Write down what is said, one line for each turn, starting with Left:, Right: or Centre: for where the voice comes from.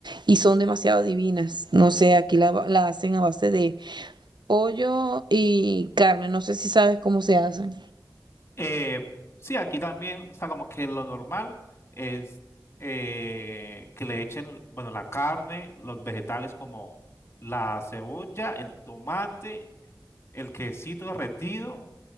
Right: y son demasiado divinas. No sé, aquí la, la hacen a base de pollo y carne. No sé si sabes cómo se hacen.
Left: Eh, sí, aquí también, o sea, como que lo normal es eh, que le echen, bueno, la carne, los vegetales como la cebolla, el tomate, el quesito derretido